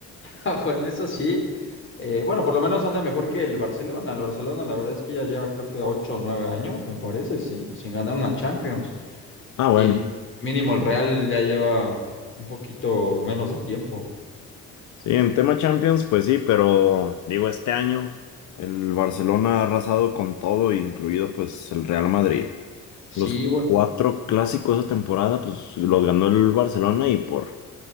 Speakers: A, on the left; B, on the left.
A: Ah, Bueno, eso sí. Eh, bueno, por lo menos anda mejor que el Barcelona. El Barcelona, la verdad es que ya lleva creo que 8, o 9 años, me parece, sin, sin ganar una Champions.
B: Ah,
A: Y
B: bueno.
A: mínimo el Real ya lleva un poquito menos de tiempo.
B: Sí, en tema Champions, pues sí, pero digo, este año el Barcelona ha arrasado con todo, incluido pues el Real Madrid.
A: Sí,
B: Los
A: bueno,
B: cuatro clásicos de esa temporada, pues los ganó el Barcelona y por